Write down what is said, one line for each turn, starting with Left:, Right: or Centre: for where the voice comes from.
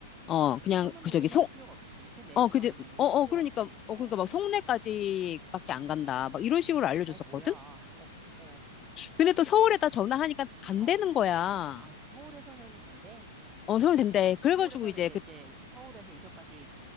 Left: 어, 그냥,
Right: 그러면
Left: 그
Right: 우리는
Left: 저기, 송,
Right: 할 필요가 없지. 인천 내에서만
Left: 어, 그지,
Right: 하면 우리는
Left: 어, 어,
Right: 필요가
Left: 그러니까,
Right: 없지.
Left: 어,
Right: 어,
Left: 그러니까 막 송내까지밖에 안 간다. 막 이런 식으로 알려줬었거든.
Right: 어, 뭐야. <laughs> 어, 어,
Left: 근데 또
Right: 참.
Left: 서울에다 전화하니까 간다는
Right: 어.
Left: 거야.
Right: 아, 서울에서는 된대?
Left: 어, 서울 된대. 그래가지고
Right: 서울에서는
Left: 이제
Right: 이제,
Left: 그,
Right: 이제, 서울에서 인천까지